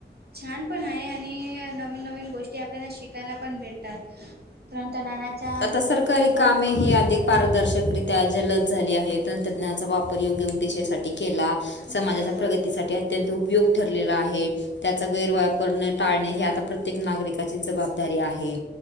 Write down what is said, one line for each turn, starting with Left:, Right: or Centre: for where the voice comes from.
Right: छान पण आहे आणि नवीन नवीन गोष्टी आपल्याला शिकायला पण भेटतात. तंत्रज्ञानाचा
Left: आता सरकारी
Right: उपयोग
Left: कामे
Right: करून
Left: ही
Right: इंटरनेट
Left: अधिक पारदर्शकरी त्या जलद झाली आहे तंत्रज्ञानाचा वापर योग्य उद्देशासाठी केला समाजाचा
Right: बरोबर
Left: प्रगतीसाठी अत्यंत उपयोग ठरलेला आहे. त्याचा गैरवापर न टाळणे हे आता प्रत्येक नागरिकाची जबाबदारी आहे